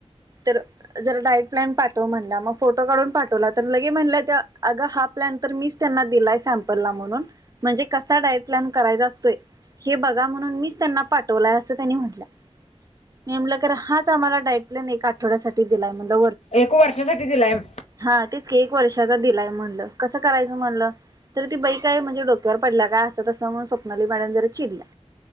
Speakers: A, on the right; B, on the left.
A: तर. जरा डाईट प्लॅन पाठव म्हणला मग फोटो काढून पाठवला तर लगे म्हणलं अगा हा प्लॅन तर मी. त्यांना दिलाय सँपलला म्हणून म्हणजे कसा डाइट प्लॅन करायचा असतोय. हे बघा म्हणून मीच त्यांना पाठवलंय असं त्यांनी म्हटलं. मी म्हणलं खरं हाच आम्हाला डाइट प्लॅन एक आठवड्यासाठी दिलाय म्हणलं.
B: एक वर्षासाठी दिला आहे.
A: हां तेच की एक वर्षाचा दिलाय म्हणलं कसं करायचं म्हणलं? तर ती बाई काय म्हणजे डोक्यावर पडल्या का? असं तसं म्हणून स्वप्नाली मॅडम जर चिडल्या.